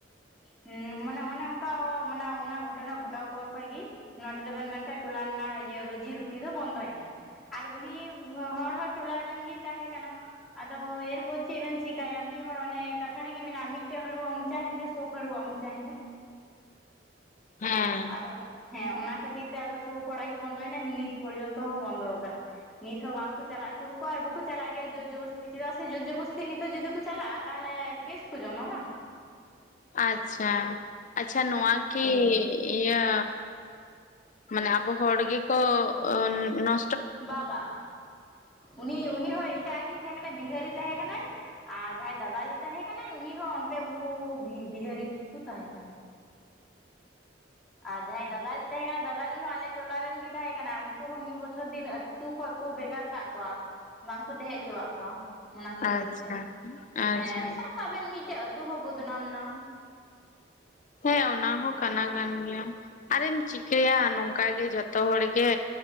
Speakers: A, in the centre; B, on the left.
A: ᱩᱸ ᱢᱟᱱᱮ ᱚᱱᱮ ᱚᱱᱠᱟ ᱢᱟᱱᱮ ᱚᱱᱟ ᱜᱷᱚᱴᱚᱱᱟ ᱜᱷᱚᱴᱟᱣ ᱯᱚᱨ ᱠᱷᱚᱡ ᱜᱤᱼᱼ ᱱᱚᱸᱰᱮ ᱫᱚᱵᱮᱱ ᱢᱮᱱᱠᱟᱡ ᱴᱚᱞᱟ ᱨᱮᱱᱟᱜ ᱤᱭᱟᱹ ᱨᱩᱡᱤ ᱨᱩᱴᱤ ᱫᱚ ᱵᱚᱱᱫᱚ ᱭᱮᱱᱟ ᱾ ᱩᱱᱤ ᱦᱚᱲ ᱦᱚᱸ ᱴᱚᱞᱟᱨᱮᱱ ᱜᱤᱭ ᱛᱟᱦᱮᱸ ᱠᱟᱱᱟ᱾ ᱟᱫᱚ ᱮᱨᱯᱚᱨ ᱪᱮᱫ ᱵᱮᱱ ᱪᱮᱠᱟᱭᱟ ᱢᱤᱫ ᱦᱚᱲ ᱚᱱᱮ ᱠᱟᱛᱷᱟ ᱨᱮᱜᱮ ᱢᱮᱱᱟᱜᱼᱟ ᱢᱤᱫᱴᱮᱡ ᱦᱟᱹᱲᱩᱣᱟᱜ ᱢᱚᱪᱟ ᱦᱮᱱᱫᱮ ᱥᱚᱠᱼᱼ ᱦᱟᱹᱲᱩᱣᱟᱜ ᱢᱚᱪᱟ ᱦᱮᱱᱫᱮ
B: ᱦᱮᱸ
A: ᱟᱫᱚᱼᱼ ᱦᱮᱸ ᱚᱱᱟ ᱠᱷᱟᱛᱤᱨ ᱛᱮ ᱟᱫᱚ ᱥᱳᱵ ᱦᱚᱲᱟᱜ ᱜᱮ ᱵᱚᱱᱫᱚᱭᱮᱱᱟ ᱱᱤᱛ ᱯᱚᱨᱡᱚᱱᱛᱚ ᱦᱚᱸ ᱵᱚᱱᱫᱚ ᱟᱠᱟᱱᱟ ᱾ ᱱᱤᱛ ᱦᱚᱸ ᱵᱟᱝᱠᱩ ᱪᱟᱞᱟᱣ ᱚᱪᱚ ᱟᱠᱚᱣᱟ ᱟᱨ ᱵᱟᱠᱚ ᱪᱟᱞᱟᱜ ᱜᱮᱭᱟ ᱡᱳᱨ ᱡᱚᱵᱚᱥᱛᱤ ᱪᱮᱫᱟᱜ ᱥᱮ ᱡᱳᱨ ᱡᱚᱵᱚᱥᱛᱤ ᱱᱤᱛᱚᱜ ᱡᱩᱫᱤ ᱠᱩ ᱪᱟᱞᱟᱜᱼᱟᱼᱼ ᱛᱟᱦᱚᱞᱮ ᱠᱮᱥ ᱠᱩ ᱡᱚᱢᱟ ᱵᱟᱝ ᱾
B: ᱟᱪᱪᱷᱟ, ᱟᱪᱪᱷᱟ ᱱᱚᱣᱟ ᱠᱤᱼᱼ ᱤᱭᱟᱹ ᱢᱟᱱᱮ ᱟᱵᱚ ᱦᱚᱲ ᱜᱮᱠᱚ ᱱᱚᱼᱼ
A: ᱵᱟ ᱵᱟ ᱩᱱᱤ ᱩᱱᱤ ᱦᱚᱸ ᱮᱴᱟᱜ ᱜᱮ ᱛᱟᱦᱮᱸ ᱠᱟᱱᱟᱭ ᱵᱤᱦᱟᱹᱨᱤ ᱛᱟᱦᱮᱸ ᱠᱟᱱᱟᱭ ᱾ ᱟᱨ ᱡᱟᱦᱟᱸᱭ ᱫᱟᱫᱟᱞᱤᱡ ᱛᱟᱦᱮᱸ ᱠᱟᱱᱟᱭ ᱩᱱᱤ ᱦᱚᱸ ᱚᱱᱛᱮ ᱩᱱᱠᱩ ᱵᱤᱦᱟᱹᱨᱤ ᱜᱮᱠᱚ ᱛᱟᱦᱮᱸ ᱠᱟᱱᱟ᱾ ᱟᱨ ᱡᱟᱦᱟᱸᱭ ᱫᱟᱫᱟᱞᱤᱡ ᱛᱟᱦᱮᱸ ᱠᱟᱱᱟ ᱫᱟᱫᱟᱞᱤ ᱦᱚᱸ ᱟᱞᱮ ᱴᱚᱞᱟ ᱨᱮᱱ ᱜᱮ ᱛᱟᱦᱮᱸ ᱠᱟᱱᱟ ᱩᱱᱝᱠᱩ ᱦᱚᱸ ᱢᱤᱫ ᱵᱚᱪᱷᱚᱨ ᱫᱤᱱᱼᱼ ᱟᱛᱩ ᱠᱷᱚᱱ ᱠᱚ ᱵᱷᱮᱜᱟᱨ ᱠᱟᱜ ᱠᱚᱣᱟ ᱵᱟᱝᱠᱩ ᱛᱟᱦᱮᱸ ᱦᱚᱪᱚᱣᱟᱜ ᱠᱚᱣᱟ ᱾ ᱚᱱᱟ ᱠᱷᱟᱹᱛᱤᱨ
B: ᱟᱪᱪᱷᱟ
A: ᱛᱮ,
B: ᱟᱪᱪᱷᱟ
A: ᱦᱮᱸ ᱥᱟᱵ ᱠᱟᱜ ᱵᱮᱱ ᱢᱤᱫᱴᱮᱡ ᱟᱹᱛᱩ ᱦᱚᱸ ᱵᱚᱫᱱᱟᱢ ᱮᱱᱟ ᱾
B: ᱦᱮᱸ ᱚᱱᱟ ᱦᱚᱸ ᱠᱟᱱᱟ ᱠᱟᱱ ᱜᱮᱭᱟ, ᱟᱨᱮᱢ ᱪᱤᱠᱟᱹᱭᱟ ᱱᱚᱝᱠᱟ ᱜᱮ ᱡᱚᱛᱚᱼᱼ ᱡᱚᱛᱚ ᱦᱚᱲ ᱜᱮ